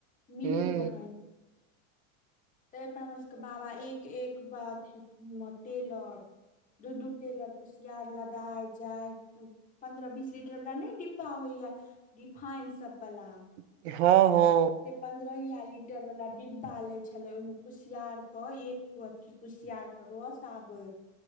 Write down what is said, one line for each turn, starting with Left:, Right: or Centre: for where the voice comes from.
Left: मील
Right: हूँ
Left: रहनि ताहिपर हमर सभके बाबा एक एक अथी टेलर दू दू टेलर कुशियार लदाय जाय पन्द्रह बीस लीटरवला नहि डिब्बा होइए रिफाइनसभवला
Right: हँ हँ
Left: से पन्द्रहियि लीटर वला डिब्बालै छै छले ओहिमें कुसियार के एको अथी कुसियार के रस आबे